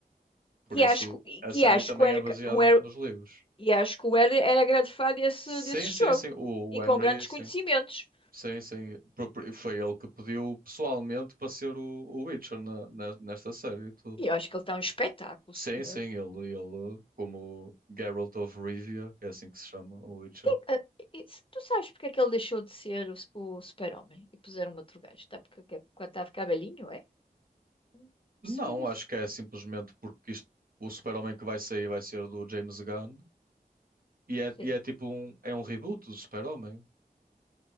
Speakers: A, on the right (about 65°); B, on the left (about 35°).
A: Por
B: Que
A: isso,
B: acho, que
A: a
B: que
A: série
B: acho
A: também
B: que o Eric-
A: é baseada
B: um Eric-
A: nos livros.
B: e acho que o Eric era grande fã desse,
A: Sim,
B: desse
A: sim,
B: jogo.
A: sim. O,
B: E
A: o
B: com
A: Henry,
B: grandes
A: sim.
B: conhecimentos.
A: Sim, sim. Propri- Foi ele que pediu pessoalmente para ser o, o Witcher na- na- nesta série e tudo.
B: E eu acho que ele está um espetáculo,
A: Sim,
B: senhor.
A: sim, ele, ele, como Geralt of Rivia, que é assim que se chama, o Witcher.
B: Que- ah, e- e se tu sabes porque é que ele deixou de ser o, o super-homem e puseram um outro gajo? Está porque, que- porque está a ficar velhinho, é? Hum,
A: Não,
B: Percebi isso.
A: acho que é simplesmente porque isto, o Super-Homem que vai sair vai ser do James Gunn e é,
B: Sim.
A: e é tipo
B: O
A: um, é um reboot do Super-Homem.